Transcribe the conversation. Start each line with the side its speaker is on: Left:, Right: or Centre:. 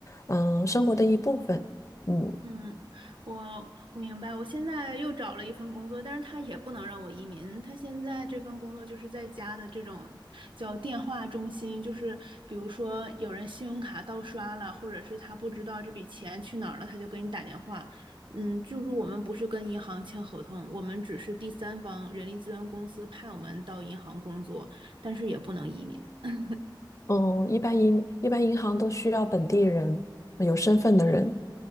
Left: 嗯生活的一部分。嗯
Right: 嗯，我我明白。我现在又找了一份工作，但是他也不能让我移民。他现在这份工作就是在家的这种叫电话中心，就是比如说有人信用卡盗刷了，或者是他不知道这笔钱去哪儿了，他就给你打电话。嗯，就是我们不是跟银行签合同，我们只是第三方人力资源公司派我们到银行工作，但是也不能移民。<laughs>
Left: 嗯，一般银一般银行都需要本地人，有身份的人。